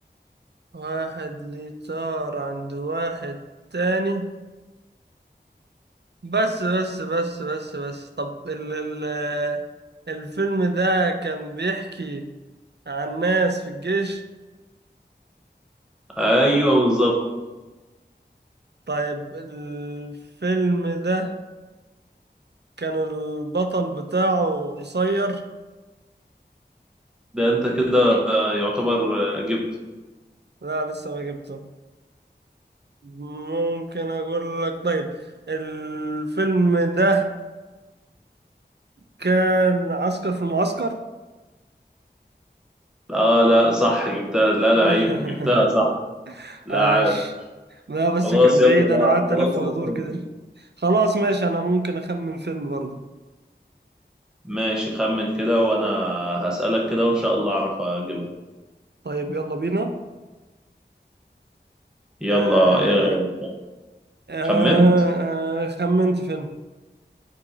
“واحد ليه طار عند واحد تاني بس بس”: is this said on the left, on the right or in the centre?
Right